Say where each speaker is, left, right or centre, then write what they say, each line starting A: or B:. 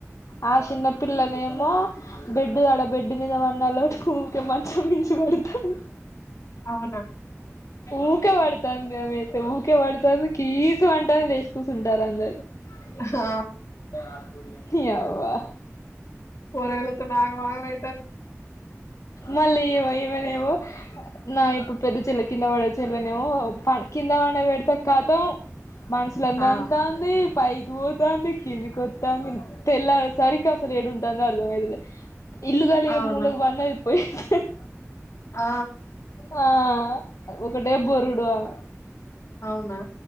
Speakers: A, on the left; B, on the left.
A: ఆ చిన్నపిల్లనే ఏమో బెడ్ ఆడ బెడ్ మీద వన్నల్లోటి కే ఉకే మంచం మించి పడతాారు
B: అవునా
A: ఊకే పడుతంది అమె అయితే ఊకే పడుతుంది కీసు వంటను లేచి కూచుంటారు అందరు - ఉంటే
B: ఆ!
A: ఆదుర్యం ఇ అవా
B: పోర ఎల త నా ఆకలై
A: మళ్ళి ఇవఇవ దేవో నా ఇప్పుడు పెద్ద చెల్ల కింద పడే చెల్లనేవుో కింద పడి పెడతా కతం మనుషులంతంత
B: ఆ!
A: ఉంది పైకి పోతంది కింది వత్తంది తెల్లరేసరికి అసలు ఏడుంటందో అర్ధమైదులే ఇల్లు
B: అవునా?
A: మూలకు వ <unintelligible> పోయి సిక్
B: ఆ
A: ఆ ఒకటే బొరుడు ఆమె
B: అవునా